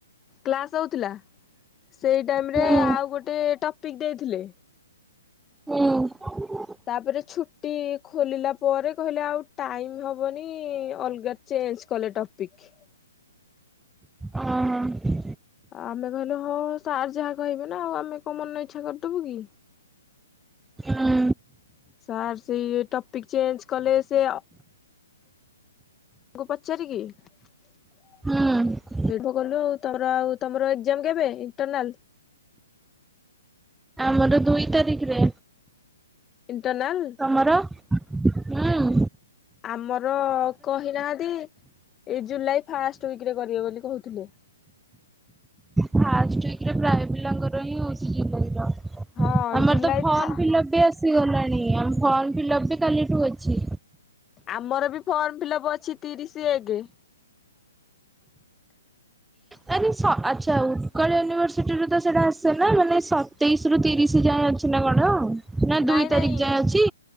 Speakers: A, on the left; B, in the centre.
A: କ୍ଲାସ ହଉଥିଲା ସେଇ ଟାଇମ୍
B: ହୁଁ
A: ରେ
B: ହୁଁ
A: ଆଉ ଗୋଟେ ଟପିକି ଦେଇଥିଲେ।
B: ହୁଁ।
A: ତାପରେ ଛୁଟି ଖୋଲିଲା ପରେ କହିଲେ ଆଉ ଟାଇମି ହବନି ଅଲଗା ଚେଞ୍ଜ୍ କଲେ ଟପିକି।
B: ଅ ହଁ।
A: ଆମେ କହିଲୁ ହଁ ସାର୍ ଯାହା କହିବେ ନା ଆଉ ଆମେ କୋଉ ମନ ଇଚ୍ଛା କରିଦବୁ କି।
B: ହୁଁ
A: ସାର୍ ସେଇ ଟପିକି ଚେଞ୍ଜ କଲେ ସେ ପଚାରିକି ସେଠୁ
B: ହୁଁ।
A: ଗଲୁ ଆଉ ତମର ଏଜାମ କେବେ ଇଣ୍ଟରନାଲ?
B: ଆମର ଦୁଇ ତାରିଖରେ।
A: ଇଣ୍ଟନାଲ୍।
B: ତମର ଉଁ?
A: ଆମର କହିନାହାନ୍ତି ଏଇ ଜୁଲାଇ ଫାଷ୍ଟ ୱିକିରେ କରିବେ ବୋଲି କହୁଥିଲେ।
B: ଫାଷ୍ଟ ୱାଇକି ପ୍ରାଏ ପିଲାଙ୍କର ହିଁ ହଉଚି ଜ
A: ହଁ
B: ଆମର
A: ଜୁଲାଇ
B: ତ ଫମ୍
A: ଥା
B: ଫିଲପ <unintelligible> ବି ଆସିଗଲାଣି ଆମ ଫର୍ମ ଫିଲଅପ୍ ବି କାଲିଠୁ ଅଛି।
A: ଆମର ବି ଫର୍ମ ଫିଲ୍ପ ଅପ୍ ଅଛି ତିରିଶି ଏକେ। <inaudible>
B: <unintelligible> ସ ଆଚ୍ଛା ଉତ୍କଳ ୟୁନିଭର୍ସିଟିରେ ତ ସେଇଟା ଆସେ ନା ମାନେ ସତେଇଶି ରୁ ତିରିଶି ଯାଏ। ଅଛି ନା କଣ। ନା ଦୁଇ
A: ନାଇଁ
B: ତାରିଖ
A: ନାଇଁ
B: ଯାଏଁ ଅଛି?